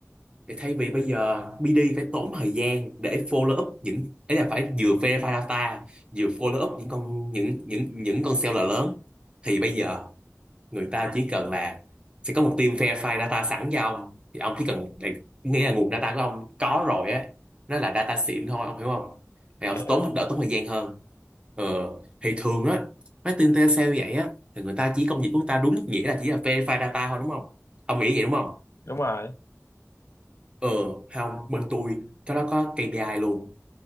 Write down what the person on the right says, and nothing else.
thì thay vì bây giờ BD phải tốn thời gian để follow up những ấy là phải vừa verify data vừa follow up những con những những những con seller lớn thì bây giờ người ta chỉ cần là sẽ có một team verify data sẵn cho ông thì ông chỉ cần nghĩa là nguồn data của ông có rồi á nó là data xịn thôi ông hiểu không thì ông
tốn đỡ tốn thời gian hơn ờ thì thường á mấy team telesale sale vậy á thì người ta chỉ công việc của người ta đúng nghĩa là chỉ là verify data thôi đúng không ông nghĩ vậy đúng không
ờ không bên tôi cái đó có KPI luôn